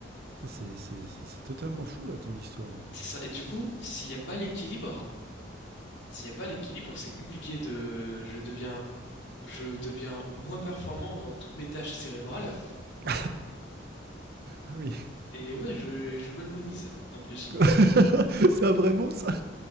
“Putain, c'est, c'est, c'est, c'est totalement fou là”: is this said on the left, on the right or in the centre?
Right